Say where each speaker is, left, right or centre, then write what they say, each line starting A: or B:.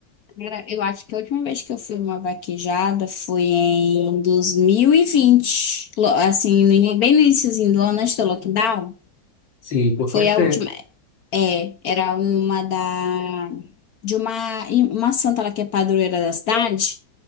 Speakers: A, on the left; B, on the left.
A: cara, eu acho que a última vez que eu fui numa vaquejada foi em 2020, Lo- assim, no ini- bem no iniciozinho do ano, antes do lockdown.
B: Sim, por
A: Foi
B: faz
A: a
B: tempo.
A: última. É, era uma da de uma uma santa lá que é padroeira da cidade.